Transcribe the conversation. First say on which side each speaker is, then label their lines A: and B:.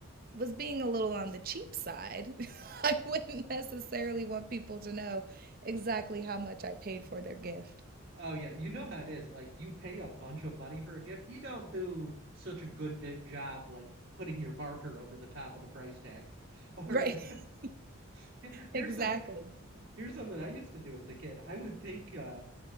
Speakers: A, on the right; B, on the right.
A: was being a little on the cheap side. <laughs> I wouldn't necessarily want people to know exactly how much I paid for
B: Hmm.
A: their gift.
B: Oh yeah, you know how it is. Like you pay a bunch of money for a gift, you don't do such a good di- job like putting your marker over the top of the price tag. <laughs> Or
A: Right. <laughs>
B: <laughs> here's
A: Exactly.
B: some here's something I used to do as a kid. I would take uh